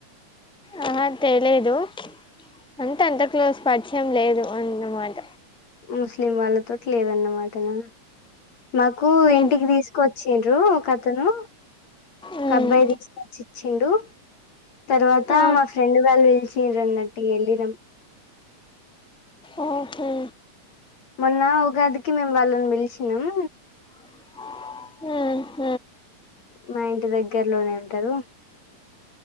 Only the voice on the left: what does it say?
ముస్లిం వాళ్ళతోటి లేదన్నమాట నను మాకు
ఇంటికి తీసుకోచ్చిండ్రు ఒకతను ఒక
అబ్బాయి తీసుకొచ్చిచ్చిండు తర్వాత
మా ఫ్రెండ్ వాళ్ళు పిలిచ్ చీరన్నట్టిగేళ్ళినం
మొన్న ఉగాదికి మేము వాళ్ళని పిలిచినాం
మా ఇంటి దగ్గరలోనే ఉంటారు